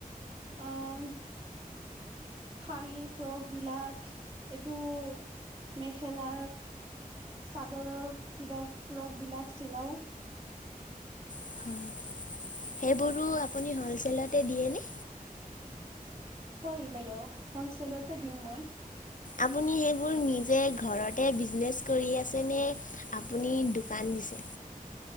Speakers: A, on the right (about 40°); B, on the left (about 60°).
A: আহ শাৰীৰ ফ্ৰক বিলাক এইটো মেখেলা চাদৰৰ কিবা ফ্ৰক বিলাক চিলাও।
B: হয় সেইবোৰো আপুনি হলচেল দিয়ে ন।
A: হয় বাইদেউ হলচেলতে দিওঁ মই।
B: আপুনি সেইবোৰ নিজেই ঘৰতে বিজনেছ কৰি আছে নে। আপোনাৰ দোকান আছে।